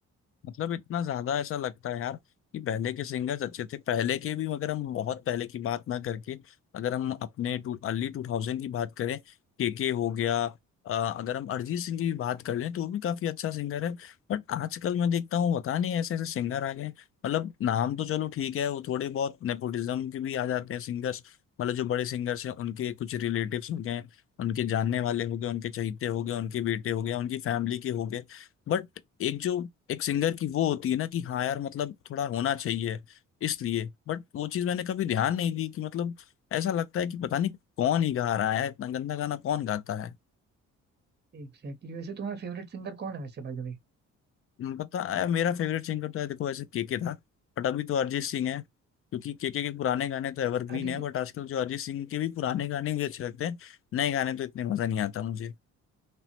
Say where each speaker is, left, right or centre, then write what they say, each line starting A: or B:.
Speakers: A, on the left; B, on the right.
A: मतलब इतना ज्यादा ऐसा लगता है यार कि पहले के सिंगर्स अच्छे थे पहले के भी मगर हम बहुत पहले की बात ना करके अगर हम अपने टू अर्ली टू थाउजेंड की बात करें केके हो गया अ, अगर हम अरिजीत सिंह की भी बात कर लें तो वो भी काफी अच्छा सिंगर है बट आजकल मैं देखता हूँ पता नहीं ऐसे ऐसे सिंगर आ गए हैं। मतलब नाम तो चलो ठीक है वो थोड़े बहुत नेपोटिज्म के भी आ जाते हैं सिंगर्स मतलब जो बड़े सिंगर्स हैं उनके कुछ रिलेटिव्स हो गए उनके जानने वाले हो गए उनके चहेते हो गए उनके बेटे हो गए उनकी फैमिली के हो गए बट एक जो एक सिंगर की वो होती है ना कि हाँ यार मतलब थोड़ा होना चाहिए इसलिए बट वो चीज मैंने कभी ध्यान नहीं दी कि मतलब ऐसा लगता है कि पता नहीं कौन ही गा रहा है इतना गंदा गाना कौन गाता है
B: एग्जैक्टली वैसे तुम्हारा फेवरेट सिंगर कौन है वैसे by the
A: हम्म, पता है मेरा फेवरेट सिंगर तो है देखो ऐसे केके था बट अभी तो अरिजीत सिंह है क्योंकि केके के पुराने गाने तो एवरग्रीन
B: way
A: है बट आजकल जो अरिजीत सिंह के भी पुराने गाने मुझे अच्छे लगते हैं नए गाने तो इतने मजा नहीं आता मुझे